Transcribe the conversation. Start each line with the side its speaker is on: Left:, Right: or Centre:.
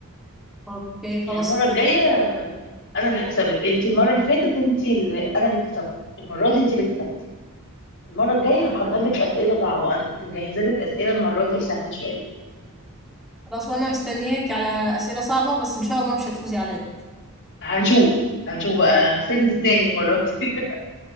Centre: اوكي خلاص
Left: يعني المره
Centre: اتفقنا
Left: الجايه انا اللي هكسبك انت المره اللي فاتت انت اللي... انا اللي كسبت المره دي انت اللي كسبت المره الجايه هحضر لك اسئله صعبه انا كنت مجهزه لك اسئله المره دي سهله شويه
Centre: خلاص وانا مستنياك على اسئلة صعبة بس ان شاء الله مش هتفوزي عليا
Left: هنشوف هنشوف بقى هسن اسناني المرة دي